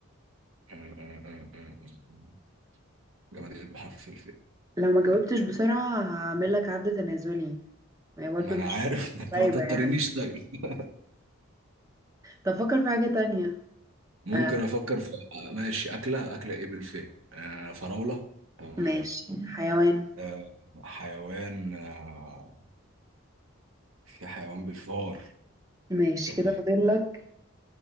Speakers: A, on the right; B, on the right.
A: آه. آه. آه. آه. آه. آه. جمال بحرف الف
B: لو ما جاوبتش بسرعة هعمل لك عد تنازلي ما هي برضه
A: ما انا
B: مش
A: عارف <laughs>
B: طيبة
A: ما تضطرنيش
B: يعني
A: طيب <laughs>
B: طب فكر في حاجة تانية
A: ممكن
B: آه،
A: افكر في آه، ماشي اكله اكله ايه بالفه آه فراوله تمام
B: ماشي حيوان
A: آه حيوان آه في حيوان بالفار
B: ماشي
A: تمام
B: كده فاضل لك